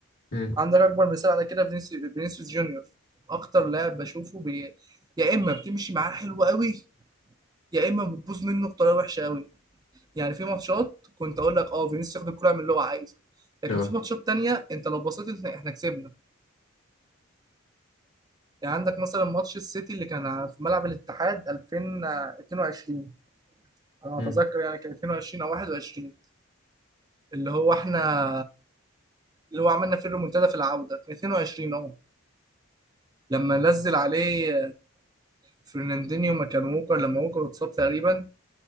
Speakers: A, on the left; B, on the right.
A: امم
B: عندك اكبر مثال على كده فينيسيوس فينيسيوس جونيور اكتر لاعب بشوفه بي... يا اما بتمشي معاه حلو قوي يا اما بتبوظ منه بطريقه وحشه قوي يعني في ماتشات كنت اقول لك اه فينيسيوس ياخد الكوره يعمل اللي هو عايزه لكن
A: اه
B: في ماتشات تانية انت لو بصيت احنا إحنا كسبنا يعني عندك مثلا ماتش السيتي اللي كان في ملعب الاتحاد 2022 انا
A: امم
B: اتذكر يعني كان 22 او 21 اللي هو احنا اللي هو عملنا فيه الريمونتادا في العوده كان 22 اهو لما نزل عليه فرناندينيو مكان ووكر لما ووكر اتصاب تقريبا